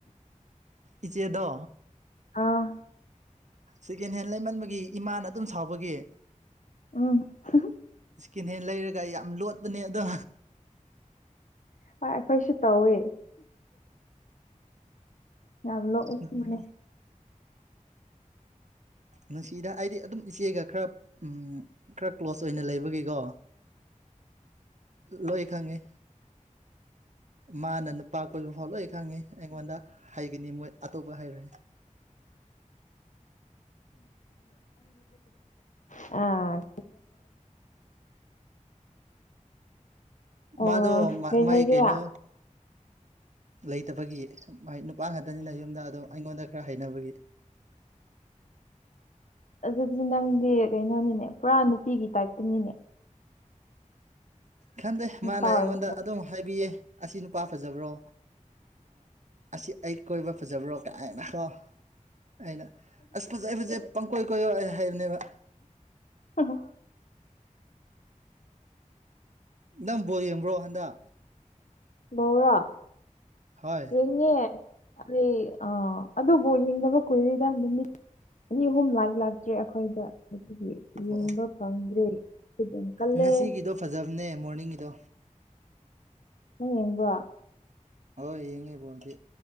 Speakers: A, on the right; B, on the left.
A: ꯏꯆꯦꯗ
B: ꯑꯥ
A: ꯁꯦꯀꯦꯟ ꯍꯦꯟ ꯂꯩꯃꯟꯕꯒꯤ ꯏꯃꯥꯅ ꯑꯗꯨꯝ ꯁꯥꯎꯕꯒꯤ
B: ꯎ
A: ꯏꯁꯀꯤꯟ ꯍꯦ ꯂꯩꯔꯒ ꯌꯥꯝ ꯂꯣꯠꯄꯅꯦ ꯑꯗꯣ
B: ꯍꯣꯏ ꯑꯩꯈꯣꯏꯁꯨ ꯇꯧꯋ ꯌꯥꯝ ꯅꯣꯛꯅꯤꯡꯕꯅꯦ
A: ꯁꯅꯅꯅꯦ ꯅꯨꯡꯁꯤꯗ ꯍꯥꯏꯗꯤ ꯑꯗꯨꯝ ꯏꯆꯦꯒ ꯈꯔ ꯎ ꯈꯔ ꯀ꯭ꯂꯣꯖ ꯑꯣꯏꯅ ꯂꯩꯕꯒꯤꯀꯣ ꯂꯣꯏ ꯈꯪꯉꯦ ꯃꯥꯅ ꯅꯨꯄꯥ ꯀꯣꯏꯕ ꯐꯥꯎ ꯂꯣꯏ ꯑꯩ ꯈꯪꯉꯤ ꯑꯩꯉꯣꯟꯗ ꯍꯩꯒꯅꯤ ꯃꯣꯏ ꯑꯇꯣꯞꯄ ꯍꯩꯔꯦ
B: ꯑ ꯑꯥ
A: ꯃꯥꯗꯣ
B: ꯀꯩ
A: ꯃꯥꯥꯏ
B: ꯍꯥꯏꯒꯦꯔꯥ
A: ꯀꯩꯩꯅꯣ ꯂꯩꯇꯕꯒꯤ ꯅꯨꯄꯥ ꯉꯥꯛꯇꯅꯤꯅ ꯌꯨꯝꯗ ꯑꯗꯣ ꯑꯩꯉꯣꯟꯗ ꯈꯔ ꯍꯩꯅꯕꯒꯤ
B: ꯑꯗꯨꯗꯤ ꯅꯪꯗꯤ ꯀꯩꯅꯣꯅꯤꯅꯦ ꯄꯨꯔꯥ ꯅꯨꯄꯤꯒꯤ ꯇꯥꯏꯞꯇꯅꯤꯅꯦ
A: ꯈꯪꯗꯦ
B: ꯅꯨꯄꯥ
A: ꯃꯥꯅ ꯑꯩꯉꯣꯟꯗ
B: ꯑꯣꯏꯔꯁꯨ
A: ꯑꯗꯨꯝ ꯍꯥꯏꯕꯤꯌꯦ ꯑꯁꯤ ꯅꯨꯄꯥ ꯐꯖꯕ꯭ꯔꯣ ꯑꯁꯤ ꯑꯩ ꯀꯣꯏꯕ ꯐꯖꯕ꯭ꯔꯣ ꯀꯥꯏꯅꯀꯣ ꯑꯩꯅ ꯑꯁ ꯐꯖꯩ ꯐꯖꯩ ꯄꯪꯀꯣꯏ ꯀꯣꯏꯌꯣ ꯍꯥꯏꯕꯅꯦꯕ
B: ꯍꯣ
A: ꯅꯪꯝꯕ꯭ꯔꯣ ꯌꯦꯡꯕ꯭ꯔꯣ ꯍꯟꯗꯛ
B: ꯧꯔ
A: ꯍꯣꯏ
B: ꯌꯦꯡꯉꯦ ꯑꯩ ꯑꯥ ꯑꯗꯨꯕꯨ ꯌꯦꯡꯗꯕ ꯀꯨꯏꯔꯤꯗ ꯅꯨꯃꯤꯠ ꯑꯅꯤ ꯑꯍꯨꯝ ꯂꯥꯏꯛ ꯂꯥꯛꯇ꯭ꯔꯦ ꯑꯩꯈꯣꯏꯗ ꯑꯗꯨꯗꯤ ꯌꯦꯡꯕ
A: ꯑꯣ ꯑꯣ
B: ꯐꯪꯗ꯭ꯔꯦ ꯀꯜꯂꯦ
A: ꯉꯁꯤꯒꯤꯗꯣ ꯐꯖꯕꯅꯦ ꯃꯣꯔꯅꯤꯡꯒꯤꯗꯣ
B: ꯅꯪ ꯌꯦꯡꯕ
A: ꯍ ꯌꯦꯡꯉꯕꯣꯜꯗꯤ